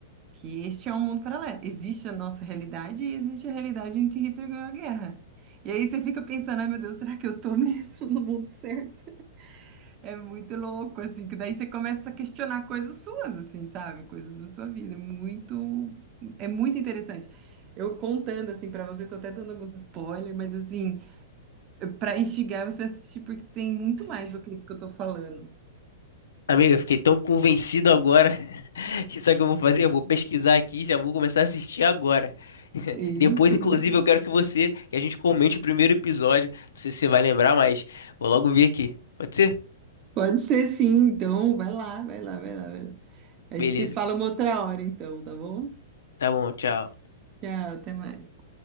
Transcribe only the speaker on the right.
que este é um mundo paralelo. Existe a nossa realidade e existe a realidade em que Hitler ganhou a guerra. E aí você fica pensando, ai meu Deus, será que eu tô <laughs> mesmo no mundo certo? É muito louco, assim, que daí você começa a questionar coisas suas, assim, sabe? Coisas da sua vida. É Muito, é muito interessante. Eu contando, assim, pra você, tô até dando alguns spoilers, mas, assim, pra instigar você a assistir, porque tem muito mais do que isso que eu tô falando.
É Isso,
né?
pode ser sim, então vai lá, vai lá, vai lá, vai lá. A
gente se fala uma outra hora, então, tá bom?
Tchau, até mais.